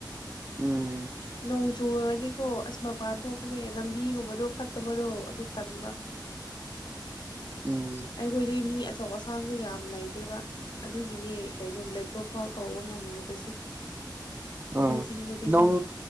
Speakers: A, on the right (about 25°); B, on the left (about 70°).
A: ꯎꯝ
B: ꯅꯣꯡ ꯆꯨꯨꯔꯗꯤꯀꯣ ꯑꯁ ꯃꯄꯥ ꯊꯣꯛꯄꯁꯦ ꯂꯝꯕꯤꯒꯨꯝꯕꯗꯣ ꯐꯠꯇꯕꯗꯣ ꯑꯗꯨ ꯇꯟꯕ
A: ꯎꯝ
B: ꯑꯩꯈꯣꯏꯗꯤ ꯃꯤ ꯑꯆꯧ ꯑꯁꯥꯡꯁꯨ ꯌꯥꯝ ꯂꯩꯇꯦꯕ ꯑꯗꯨꯒꯤꯅꯦ ꯀꯩꯅꯣꯝ ꯂꯦꯛꯇꯣꯐꯥꯎ ꯇꯧꯕ ꯉꯝꯗꯕꯁꯦ ꯑꯩꯈꯣꯏ
A: ꯎꯝ
B: ꯆꯤꯡꯗꯗꯤꯀꯣ
A: ꯅꯨꯡ